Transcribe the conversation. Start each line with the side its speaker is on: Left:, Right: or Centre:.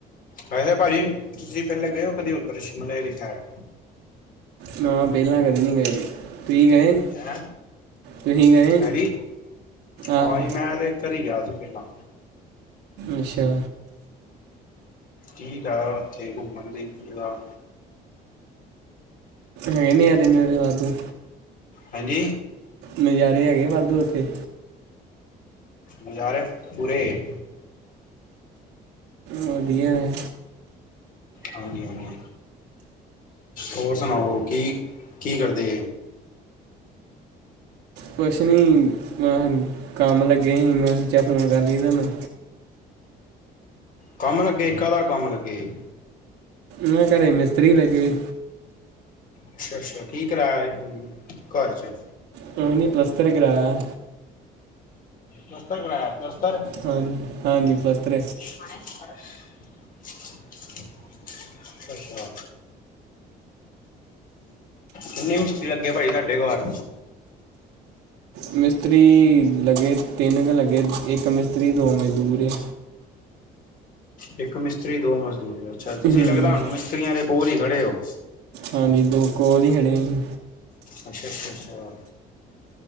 Left: ਵੈਸੇ ਪਾਜੀ ਤੁਸੀਂ ਪਹਿਲੇ ਗਏ ਹੋ ਕਦੀ ਉਧਰ ਸ਼ਿਮਲੇ ਅਲੀ ਸਾਈਡ
Right: ਨਾ ਪਹਿਲਾਂ ਕਦੀ ਨੀ ਗਏ ਤੁਹੀ ਗਏ
Left: ਹੈਂ
Right: ਤੁਹੀ ਗਏ
Left: ਹਾਂਜੀ ਹਾਂ
Right: ਆਹੋ।
Left: ਜੀ ਮੈਂ ਤੇ ਇੱਕ ਕਰੀ ਗਿਆ ਸੀ ਪਹਿਲਾਂ।
Right: ਅੱਛਾ।
Left: ਕੀ ਦਾ ਉੱਥੇ ਘੁੰਮਣ ਦੀ ਜਗਾਹ?
Right: ਹੈ ਨੇ ਯਾਰਨਰੇ ਵਾਧੂ।
Left: ਹਾਂਜੀ।
Right: ਨਜ਼ਾਰੇ ਹੈਗੇ ਵਾਧੂ ਉੱਥੇ।
Left: ਨਜ਼ਾਰੇ ਪੂੁਰੇ।
Right: ਵਧੀਆ ਹੈ।
Left: ਹਾਂਜੀ ਹਾਂਜੀ। ਹੋਰ ਸੁਣਾਓ ਕੀ ਕੀ ਕਰਦੇ?
Right: ਕੁਛ ਨੀ ਮੈਹ ਕੰਮ ਲੱਗੇ ਹੀ ਮੈਂ ਸੋਚਿਆ ਫੋਨ ਕਰ ਲਈਏ ਤੁਹਾਨੂੰ।
Left: ਕੰਮ ਲੱਗੇ। ਕਾਦਾ ਕੰਮ ਲੱਗੇ?
Right: ਮੈਂ ਘਰੇ ਮਿਸਤਰੀ ਲੱਗੇ।
Left: ਅੱਛਾ-ਅੱਛਾ ਕੀ ਕਰਾਇਆ ਹੀ ਹੁਣ ਘਰ ਚ?
Right: ਕੁਛ ਨੀ ਪਲੱਸਤਰ ਕਰਾਆ।
Left: ਪਲੱਸਤਰ ਕਰਾਆ ਪਲੱਸਤਰ?
Right: ਹਾਂਜ-ਹਾਂਜੀ ਪਲਸਤਰ
Left: <unintelligible> ਅੱਛਾ। ਕਿੰਨੇ ਲੱਗੇ ਭਾਈ ਤੁਹਾਡੇ ਘਾਰ?
Right: ਮਿਸਤਰੀ ਲੱਗੇ ਤਿੰਨ ਕ ਲੱਗੇ ਇੱਕ ਮਿਸਤਰੀ ਦੋ ਮਜ਼ਦੂਰ ਇਹ।
Left: ਇੱਕ ਮਿਸਤਰੀ ਦੋ ਮਜ਼ਦੂਰ ਅੱਛਾ ਤੁਸੀਂ
Right: ਹੂੰ
Left: ਲੱਗਦਾ ਹੁਣ ਮਿਸਤਰੀਆਂ ਦੇ ਕੋਲ ਹੀ ਖੜੇ ਹੋ?
Right: ਹਾਂਜੀ ਦੋ ਕੋਲ ਹੀ ਖੜੇ ਈ।
Left: ਅੱਛ ਅੱਛ-ਅੱਛਾਹ।